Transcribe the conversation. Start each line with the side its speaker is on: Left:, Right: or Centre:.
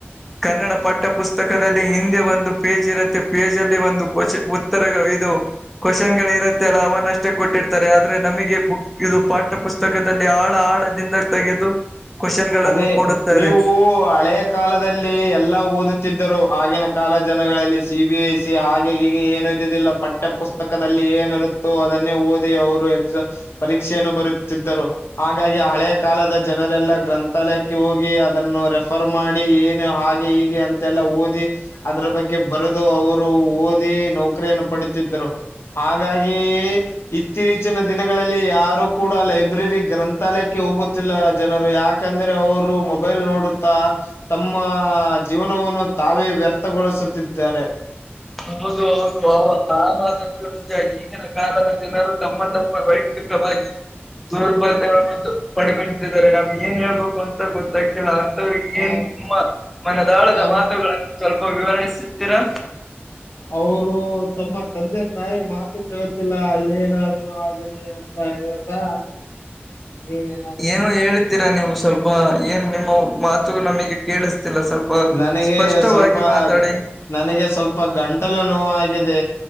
Centre: ಕನ್ನಡ ಪಠ್ಯ ಪುಸ್ತಕದಲ್ಲಿ ಹಿಂದೆ ಒಂದು ಪೇಜ್ ಇರುತ್ತೆ. ಪೇಜ್ ಅಲ್ಲಿ ಒಂದು ಕ್ವೆ ಉತ್ತರ ಇದು, ಕ್ವಶನ್ ಗಳು ಇರುತ್ತೆ ಅಲ್ಲ ಅವನ್ನ ಅಷ್ಟೇ ಕೊಟ್ಟಿರ್ತಾರೆ. ಆದ್ರೆ ನಮಗೆ ಬುಕ್ ಇದು ಪಾಠ್ಯ ಪುಸ್ತ ಪುಸ್ತಕದಲ್ಲಿ ಆಳ ಆಳದಿಂದ ತೆಗೆದು. ಕ್ವಶನ್ ಗಳನ್ನು
Left: ಅದೇ
Centre: ಕೊಡುತ್ತಾರೆ
Left: ನೀವು ಹಳೆ. ಕಾಲದಲ್ಲಿ ಎಲ್ಲಾ ಓದುತ್ತಿದ್ದರು. ಆಗಿನ ಕಾಲ ಜನಗಳಲ್ಲಿ ಸಿ ಬಿ ಎಸ್ ಇ ಹಾಗೆ ಹೀಗೆ ಏನ ಇದ್ದುದಿಲ್ಲ. ಪಠ್ಯ ಪುಸ್ತಕದಲ್ಲಿ ಏನಿರುತ್ತೋ ಅದನ್ನೇ ಓದಿ ಅವರು ಎಕ್ಸಾಮ್. ಪರೀಕ್ಷೆಯನ್ನು ಬರಿಯತ್ತಿದ್ದರು. ಹಾಗಾಗಿ ಹಳೆಯ ಕಾಲದ ಜನರೆಲ್ಲ ಗ್ರಂಥ ಸ್ಥಳಕ್ಕೆ ಹೋಗಿ ಅದನ್ನು ರೆಫರ್ ಮಾಡಿ ಏನು ಹಾಗೆ ಹೀಗೆ ಅಂತೆಲ್ಲ ಓದಿ. ಅದ್ರ ಬಗ್ಗೆ ಬರೆದು ಅವರು ಓದಿ ನೌಕರಿಯನ್ನು ಪಡಿತಿದ್ದರು. ಹಾಗಾಗಿ. ಇತ್ತೀಚಿನ ದಿನಗಳಲ್ಲಿ ಯಾರು ಕೂಡ ಲೈಬ್ರರಿ ಗ್ರಂಥಾಲಯಕ್ಕೆ ಹೋಗುತ್ತಿಲ್ಲ ಜನರು. ಯಾಕ್ ಯಾಕಂದ್ರೆ ಅವರು ಮೊಬೈಲ್ ನೋಡುತ್ತಾ. ತಮ್ಮ ಜೀವನವನ್ನು ತಾವೇ ವ್ಯರ್ಥಗೊಳಿಸುತ್ತಿದ್ದಾರೆ.
Centre: ಹೌದು ಹೌದು ಆ ಮಾತ ಅಂತ್ರು ನಿಜ. ಈಗಿನ ಕಾಲದ ಜನರು ತಮ್ಮ ತಮ್ಮ ವೈಯಕ್ತಿಕವಾಗಿ, ದೌರ್ಬಲ್ಯವನ್ನು ಪಡ್ಕೊಂಡತಿದ್ದಾರೆ ನಾವ್ ಏನ್ ಹೇಳ್ಬೇಕು ಅಂತ ಗೊತ್ತಾಯಿತ್ತಿಲ್ಲ.
Left: ಹ
Centre: ಏನ್ ನಿಮ್ಮ ಮನದಾಳದ
Left: ಹ
Centre: ಮಾತುಗಳನ್ನು ಸ್ವಲ್ಪ ವಿವರಣಿಸುತ್ತೀರಾ.
Left: ಅವರು ತಮ್ಮ ತಂದೆ ತಾಯಿ ಮಾತು ಕೇಳ್ತಿಲ್ಲ. ಏನಾದ್ರು ಆಗಲಿ, ಅಂತ ಹೇಳ್ತಾ ನೀವು ಏನ್
Centre: ಏನು ಹೇಳ್ತೀರಾ ನೀವು ಸ್ವಲ್ಪ ಏನ್ ನಿಮ್ಮ ಮಾತು ನಮಗೆ ಕೇಳಿಸ್ತಿಲ್ಲ. ಸ್ವಲ್
Left: ನನಗೆ
Centre: ಸ್ಪಷ್ಟವಾಗಿ
Left: ಸ್ವಲ್ಪ
Centre: ಮಾತಾಡಿ.
Left: ನನಗೆ ಸ್ವಲ್ಪ ಗಂಟಲು ನೋವಾಗಿದೆ